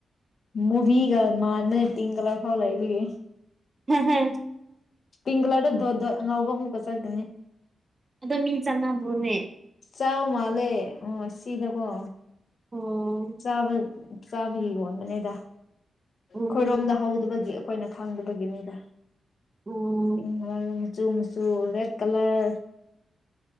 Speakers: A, on the left; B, on the right.
A: ꯃꯨꯚꯒ ꯃꯥꯥꯟꯗꯅꯦ ꯄꯤꯡ ꯀꯂꯔ ꯐꯥꯎ ꯂꯩꯁꯤꯒ
B: ꯍꯝ ꯍꯝ <inaudible>
A: ꯄꯤꯡ ꯀꯂꯔꯗ ꯉꯎꯕ ꯃꯨꯀꯠ ꯆ ꯍꯥꯏꯅꯤ
B: ꯑꯗꯣ ꯃꯤ ꯆꯅꯥꯕꯨꯅꯦ
A: ꯆꯥꯎ ꯃꯥꯜꯂꯦ ꯑꯣ ꯁꯤꯗꯀꯣ
B: ꯑꯣ
A: ꯆꯥꯕ ꯆꯥꯕꯒꯤ ꯌꯣꯟꯕꯅꯤꯗ
B: ꯎꯝ
A: ꯈꯣꯏꯔꯣꯝꯗ ꯍꯧꯗꯕꯒꯤ ꯑꯩꯈꯣꯏꯅ ꯐꯪꯗꯕꯒꯤꯅꯤꯗ
B: ꯎꯝ
A: ꯏꯦ ꯃꯆꯨ ꯃꯨꯆꯨ ꯔꯦꯠ ꯀꯂꯔ